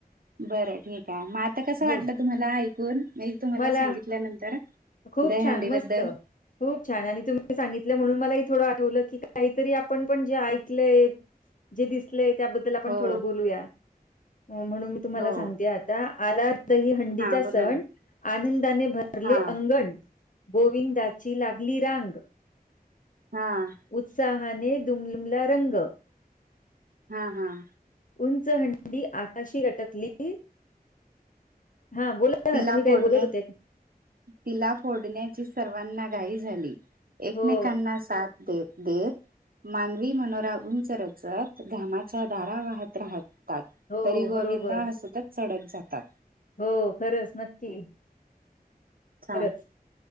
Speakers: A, on the right; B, on the left.
A: बरं ठीक आहे. म आता कसं
B: हो
A: वाटलं तुम्हाला ऐकून? तुम्हाला
B: मला
A: सांगितल्यानंतर
B: खूप
A: दहीहंडी
B: छान मस्त
A: बद्दल?
B: खूप छान! आणि तुम्ही सांगितलं म्हणून मलाही थोडं आठवलं की, काहीतरी आपण पण जे ऐकलंय जे दिसलेय त्याबद्दल आपण
A: हो
B: थोडं बोलूया. म्हणून मी तुम्हाला
A: हो
B: सांगते आत ता आला दही हंडीचा
A: हा बोला
B: सण
A: ना
B: आनंदाने भरले
A: हा
B: अंगण, गोविंदाची लागली रांग
A: हां.
B: उत्साहाने दुमदुमला रंग,
A: हां हां.
B: उंच हंडी आकाशी लटकली, हा बोला. ना
A: तिला
B: तुम्ही काही
A: फोडण्या
B: बोलत होतेत.
A: तिला फोडण्याची सर्वांना घाई झाली. एकमेकांना
B: हो
A: साथ देत देत, मानवी मनोरा उंच रचत, घामाच्या धारा वाहत राहत तात,
B: हो
A: तरी गोविंदा
B: बरोबर
A: हसतच चढत जातात.
B: हो खरंच नक्की.
A: छान
B: खरंच!